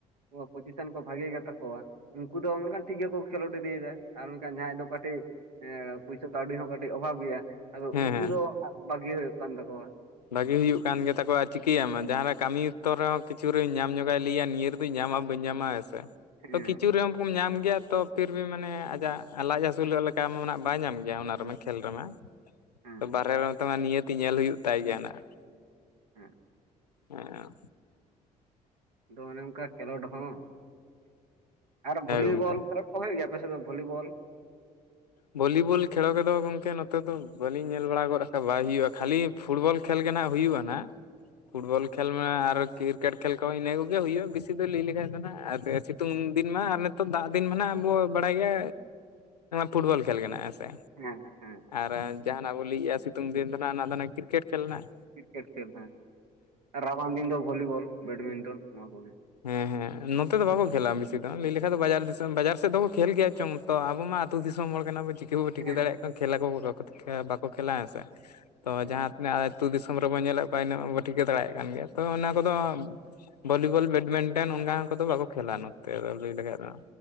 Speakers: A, on the right; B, on the left.
A: ᱯᱚ ᱯᱚᱪᱤᱥᱮᱱ ᱠᱚ ᱵᱷᱟᱜᱮ ᱜᱮᱛᱟ ᱠᱚᱣᱟ ᱩᱱᱠᱩ ᱫᱚ ᱢᱮᱱᱠᱷᱟᱱ ᱴᱷᱤᱠ ᱜᱮᱠᱚ ᱠᱷᱮᱞᱳᱰ ᱤᱫᱤᱭᱮᱫᱟ ᱟᱨ ᱢᱮᱱᱠᱷᱟᱱ ᱡᱟᱦᱟᱸᱭ ᱫᱚ ᱠᱟᱹᱴᱤᱡ ᱮᱸ ᱯᱚᱭᱥᱟ ᱠᱟᱹᱣᱰᱤ ᱦᱚᱸ ᱠᱟᱹᱴᱤᱡ ᱚᱵᱷᱟᱵ ᱜᱮᱭᱟ ᱟᱫᱚ
B: ᱦᱮᱸ
A: ᱩᱱᱠᱩ
B: ᱦᱮᱸ
A: ᱫᱚ ᱵᱟᱹᱜᱤ ᱦᱩᱭᱩᱜ ᱠᱟᱱ ᱛᱟᱠᱚᱣᱟ᱾
B: ᱵᱟᱜᱤ ᱦᱩᱭᱩᱜ ᱠᱟᱱ ᱜᱮᱛᱟ ᱠᱚᱣᱟ ᱟᱨ ᱪᱤᱠᱟᱹᱭᱟᱢ ᱡᱟᱦᱟᱸᱨᱮ ᱠᱟᱹᱢᱤ ᱚᱠᱛᱚ ᱨᱮᱦᱚᱸ ᱠᱤᱪᱷᱩ ᱨᱮᱦᱩᱧ ᱧᱟᱢ ᱧᱚᱜᱼᱟ ᱞᱟᱹᱭᱟ ᱱᱤᱭᱟᱹ ᱫᱚᱧ ᱧᱟᱢᱟ ᱵᱟᱹᱧ ᱧᱟᱢᱟ ᱦᱮᱸᱥᱮ
A: ᱦᱮᱸ
B: ᱛᱚ ᱠᱤᱪᱷᱩ ᱨᱮᱦᱚᱸ ᱠᱚᱢ ᱧᱟᱢ ᱜᱮᱭᱟ ᱛᱚ ᱯᱷᱤᱨᱵᱤ ᱢᱟᱱᱮ ᱟᱡᱟᱜ ᱞᱟᱡ ᱦᱟᱹᱥᱩᱞᱚᱜ ᱞᱮᱠᱟ ᱢᱟᱱᱟᱜ ᱵᱟᱭ ᱧᱟᱢ ᱜᱮᱭᱟ ᱚᱱᱟ ᱨᱮᱢᱟ ᱠᱷᱮᱞ ᱨᱮᱢᱟ᱾
A: ᱦᱮᱸ
B: ᱵᱟᱨᱦᱮ ᱨᱮᱦᱚ ᱛᱚᱢᱟ ᱱᱤᱭᱟᱹᱛᱤ ᱧᱮᱞ ᱦᱩᱭᱩᱜ ᱛᱟᱭ ᱜᱮᱭᱟ ᱱᱟᱜ᱾
A: ᱦᱮᱸ᱾
B: ᱮᱸᱭ
A: ᱟᱫᱚ ᱚᱱᱮ ᱚᱱᱠᱟ ᱠᱷᱮᱞᱳᱰ ᱦᱚᱸ ᱟᱨ ᱵᱷᱚᱞᱤᱵᱚᱞ
B: ᱜᱚᱝᱠᱮ
A: ᱠᱚᱨᱮ ᱠᱚ ᱦᱚᱭᱳᱜ ᱜᱮᱭᱟ ᱟᱯᱮ ᱥᱮᱫ ᱫᱚ ᱵᱷᱚᱞᱤᱵᱚᱞ?
B: ᱵᱷᱚᱞᱤ ᱵᱚᱞ ᱠᱷᱮᱲᱚ ᱨᱮᱫᱚ ᱜᱚᱝᱠᱮ ᱱᱚᱛᱮ ᱫᱚ ᱵᱟᱹᱞᱤᱧ ᱧᱮᱞ ᱵᱟᱲᱟ ᱜᱚᱫ ᱟᱠᱟᱫᱟ ᱵᱟᱭ ᱦᱩᱭᱩᱜᱼᱟ ᱠᱷᱟᱹᱞᱤ ᱯᱷᱩᱴᱵᱚᱞ ᱠᱷᱹᱮᱞ ᱜᱮ ᱱᱷᱟᱜ ᱦᱩᱭᱩᱜᱼᱟ ᱱᱷᱟᱜ ᱯᱷᱩᱴᱵᱚᱞ ᱠᱷᱮᱞ ᱢᱟ ᱟᱨ ᱠᱤᱨ ᱠᱮᱴ ᱠᱷᱮᱞ ᱠᱚ ᱤᱱᱟᱹ ᱠᱚᱜᱮ ᱦᱩᱭᱩᱜᱼᱟ ᱵᱮᱥᱤ ᱫᱚ ᱞᱟᱹᱭ ᱞᱮᱠᱷᱟᱱ ᱫᱚ ᱦᱟᱜ ᱟᱨ ᱥᱤᱛᱩᱝ ᱫᱤᱱ ᱢᱟ ᱟᱨ ᱱᱤᱛᱚᱜ ᱫᱟᱜ ᱫᱤᱱ ᱢᱟ ᱱᱟᱜ ᱵᱚ ᱵᱟᱲᱟᱭ ᱜᱮᱻ᱾ ᱯᱷᱩᱴᱵᱚᱞ ᱠᱷᱮᱞ ᱠᱟᱱᱟ ᱦᱮᱸᱥᱮ᱾
A: ᱦᱮᱸ ᱦᱮᱸ᱾
B: ᱟᱨ ᱡᱟᱦᱟᱱᱟᱜ ᱵᱚᱱ ᱞᱟᱹᱭᱮᱫᱼᱟ ᱥᱤᱛᱩᱝ ᱫᱤᱱ ᱫᱚ ᱱᱟᱜ ᱚᱱᱟ ᱫᱚ ᱦᱟᱜ ᱠᱨᱤᱠᱮᱴ ᱠᱷᱮᱞ ᱱᱟᱜ᱾
A: ᱠᱨᱤᱠᱮᱴ ᱠᱷᱮᱞ ᱦᱮᱸ ᱟᱨ ᱨᱟᱵᱟᱝ ᱫᱤᱱ ᱫᱚ ᱵᱷᱚᱞᱤᱵᱚᱞ ᱵᱮᱰᱢᱤᱱᱴᱚᱱ ᱱᱚᱣᱟ ᱠᱚᱜᱮ
B: ᱦᱮᱸ ᱦᱮᱸ ᱱᱚᱛᱮ ᱫᱚ ᱵᱟᱠᱚ ᱠᱷᱮᱹᱞᱟ ᱵᱮᱥᱤ ᱫᱚ ᱞᱟᱹᱭ ᱞᱮᱠᱷᱟᱱ ᱫᱚ ᱵᱟᱡᱟᱨ ᱫᱤᱥᱚᱢ ᱵᱟᱡᱟᱨ ᱥᱮᱫ ᱫᱚᱠᱚ ᱠᱷᱮᱞ ᱜᱮᱭᱟ ᱪᱚᱝ ᱛᱚ ᱟᱵᱚ ᱢᱟ ᱟᱹᱛᱩ ᱫᱤᱥᱚᱢ ᱦᱚᱲ ᱠᱟᱱᱟᱵᱚ ᱪᱤᱠᱤ ᱵᱟ ᱴᱷᱤᱠᱟᱹ
A: ᱦᱮᱸ
B: ᱫᱟᱲᱮᱭᱟᱜ ᱠᱟᱱᱟ ᱠᱷᱮᱞᱟ ᱠᱚ ᱵᱟᱠᱚ ᱠᱷᱮᱞᱟ ᱦᱮᱸ ᱥᱮ ᱛᱚ
A: ᱦᱮᱸ
B: ᱡᱟᱦᱟᱸ ᱛᱤᱱᱟᱹᱜ ᱟᱹᱛᱩ ᱫᱤᱥᱚᱢ ᱨᱮᱵᱚᱱ ᱧᱮᱞᱮᱫ ᱠᱚᱭ ᱤᱱᱟᱹᱜ ᱢᱟ ᱵᱚ ᱴᱷᱤᱠᱟᱹ ᱫᱟᱲᱮᱭᱟᱜ ᱠᱟᱱ ᱜᱮᱭᱟ ᱛᱚ ᱚᱱᱟ ᱠᱚᱫᱚ ᱵᱷᱚᱞᱤᱵᱚᱞ ᱵᱮᱰ ᱢᱤᱱᱴᱚᱱ ᱚᱱᱠᱟ ᱠᱚᱫᱚ ᱵᱟᱠᱚ ᱠᱷᱮᱞᱟ ᱱᱚᱛᱮ ᱞᱟᱹᱭ ᱞᱮᱠᱷᱟᱱ ᱫᱚ